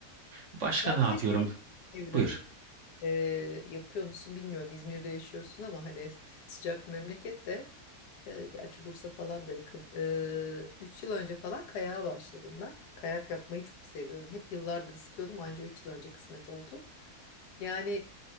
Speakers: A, on the right (about 60°); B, on the left (about 85°).
A: Başka
B: Ben
A: ne yapıyorum?
B: bir de şey seviyorum.
A: Buyur.
B: Ee, yapıyor musun bilmiyorum. İzmir'de yaşıyorsun ama hani sıcak memleket de e, gerçi Bursa falan da yakın. Ee, 3 yıl önce falan kayağa başladım ben. Kayak yapmayı çok seviyorum. Hep yıllardır istiyordum anca 3 yıl önce kısmet oldu. Yani